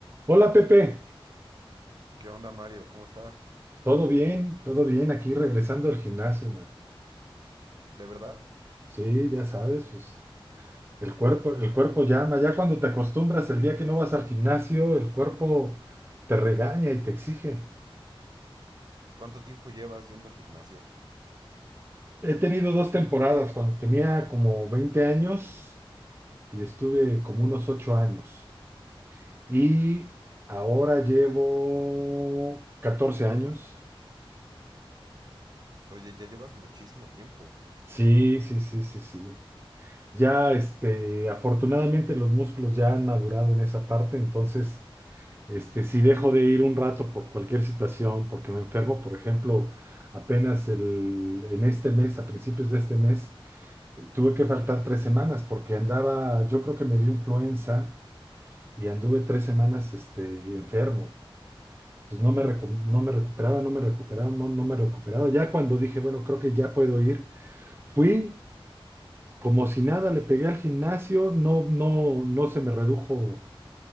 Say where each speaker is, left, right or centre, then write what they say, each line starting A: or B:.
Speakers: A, on the right; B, on the right.
A: Hola Pepe,
B: ¿Qué onda, Mario? ¿Cómo estás?
A: todo bien, todo bien, aquí regresando al gimnasio, man.
B: ¿De verdad?
A: Sí, ya sabes, pues el cuerpo, el cuerpo llama, ya cuando te acostumbras el día que no vas al gimnasio, el cuerpo te regaña y te exige.
B: ¿Cuánto tiempo llevas yendo al gimnasio?
A: He tenido dos temporadas, cuando tenía como veinte años y estuve como unos 8 años. Y ahora llevo 14 años.
B: Oye, ya llevas muchísimo tiempo.
A: Sí, sí, sí, sí, sí. Ya, este, afortunadamente los músculos ya han madurado en esa parte, entonces, este, si dejo de ir un rato por cualquier situación, porque me enfermo, por ejemplo, apenas el, en este mes, a principios de este mes, eh, tuve que faltar tres semanas porque andaba, yo creo que me dio influenza y anduve tres semanas, este, enfermo. Entonces no me, recu- no me recuperaba, no me recuperaba, no, no me recuperaba. Ya cuando dije, bueno, creo que ya puedo ir, fui. como si nada, le pegué al gimnasio, no, no, no se me redujo